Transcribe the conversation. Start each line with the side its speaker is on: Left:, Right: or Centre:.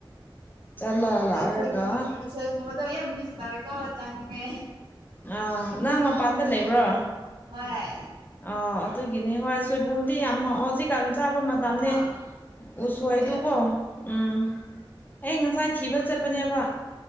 Left: ꯆꯠꯂ ꯂꯥꯛꯑꯔꯒ
Right: ꯁꯣꯏꯒ ꯁꯣꯏꯒꯨꯝꯕꯗ ꯌꯥꯝ ꯃꯤꯁ ꯇꯕꯦꯀꯣ ꯇꯅꯤꯡꯃꯦ
Left: ꯑꯥ ꯅꯪ ꯃꯄꯥꯟꯗ ꯂꯩꯕ꯭ꯔꯣ
Right: ꯍꯣꯏ
Left: ꯑ ꯑꯗꯨꯒꯤꯅꯤ ꯍꯣꯏ ꯁꯣꯏꯕꯨꯝꯗꯤ ꯌꯥꯝ ꯍꯧꯖꯤꯛ ꯀꯥꯟ ꯆꯥꯕ ꯃꯇꯝꯅꯦ
Right: ꯑꯥ ꯑꯗꯨꯅꯦ
Left: ꯎꯁꯣꯏꯗꯨꯀꯣ ꯎꯝ ꯑꯩ ꯉꯁꯥꯏ ꯊꯤꯕ ꯆꯠꯄꯅꯦꯕ